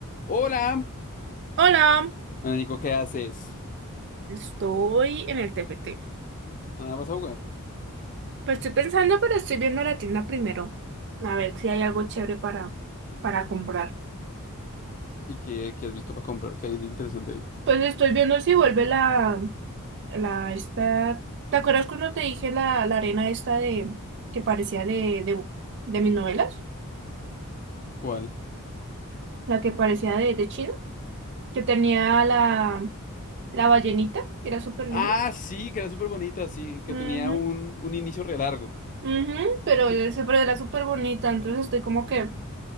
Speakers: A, on the left; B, on the right.
A: Hola,
B: Hola,
A: Ana Nico, ¿qué haces?
B: estoy en el TFT.
A: Ah, vas a jugar.
B: Pues estoy pensando, pero estoy viendo la tienda primero. A ver si hay algo chévere para, para comprar.
A: ¿Y qué, qué has visto para comprar? ¿Qué hay de interesante ahí?
B: Pues estoy viendo si vuelve la, la, esta... ¿Te acuerdas cuando te dije la, la arena esta de, que parecía de, de, de mis novelas?
A: ¿Cuál?
B: La que parecía de, de China, que tenía la, la ballenita, que era súper
A: Ah,
B: linda.
A: sí, que era súper bonita, sí, que
B: Ujú,
A: tenía un, un inicio re largo.
B: ujú, pero,
A: Sí.
B: ese- pero era súper bonita, entonces estoy como que